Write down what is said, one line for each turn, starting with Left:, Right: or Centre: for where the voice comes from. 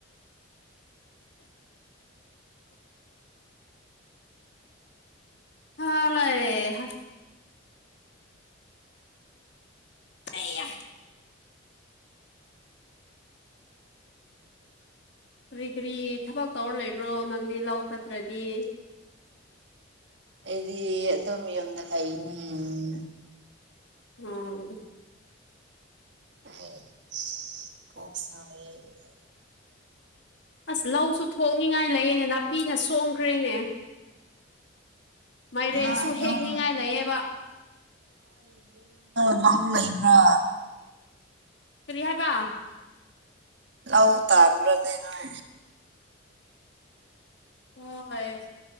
Left: ꯍꯥꯂꯩꯪꯍꯥ ꯑꯩꯌꯥ ꯀꯔꯤ ꯀꯔꯤ ꯊꯕꯛ ꯇꯧꯔ ꯂꯩꯕ꯭ꯔꯣ ꯅꯪꯗꯤ ꯂꯧ ꯆꯠꯇ꯭ꯔꯗꯤ
Right: ꯑꯩꯗꯤ ꯑꯗꯨꯝ ꯌꯨꯝ ꯂꯩꯗ
Left: ꯎꯝ
Right: ꯑꯩꯁ ꯀꯣꯛ ꯁꯥꯏꯌꯦ
Left: ꯑꯁ ꯂꯧꯁꯨ ꯊꯣꯛꯅꯤꯡꯉꯥꯏ ꯂꯩꯌꯦꯅꯦ ꯅꯥꯄꯤꯅ ꯁꯣꯡꯈ꯭ꯔꯦꯅꯦ ꯃꯥꯏꯔꯦꯟꯁꯨ
Right: ꯅꯣꯏ ꯌꯨꯝ
Left: ꯍꯦꯛꯅꯤꯡꯉꯥꯏ ꯂꯩꯌꯦꯕ
Right: ꯂꯥꯡ ꯂꯩꯕ꯭ꯔꯥ
Left: ꯀꯔꯤ ꯍꯥꯏꯕ
Right: ꯂꯧ ꯇꯥꯟꯕ꯭ꯔꯥꯅꯦꯅꯣꯏ
Left: ꯍꯣꯏ